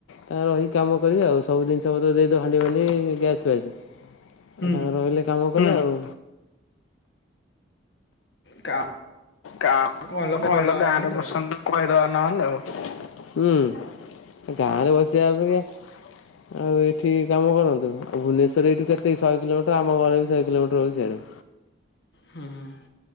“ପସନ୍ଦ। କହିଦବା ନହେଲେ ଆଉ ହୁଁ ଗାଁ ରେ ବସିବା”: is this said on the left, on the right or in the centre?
Left